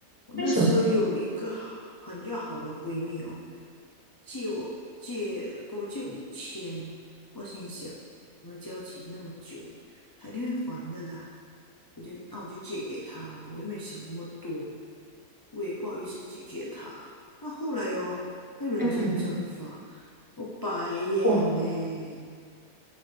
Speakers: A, on the left; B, on the right.
A: 我那时候有一个好很要好的闺蜜哦，
B: 为什么？
A: 借我借给我借五千，我心想我们交情那么久，她一定会还的啦。我就那我就借给她嘛，我又没有想那么多，我也不好意思拒绝她。那后来哦，那人间蒸发，
B: 嗯，
A: 我白眼呢，
B: 哇，